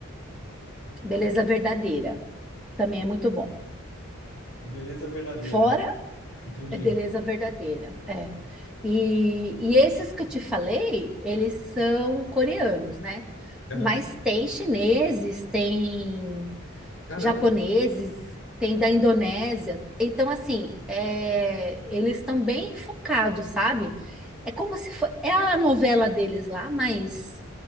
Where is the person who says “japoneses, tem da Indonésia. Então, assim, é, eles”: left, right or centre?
Centre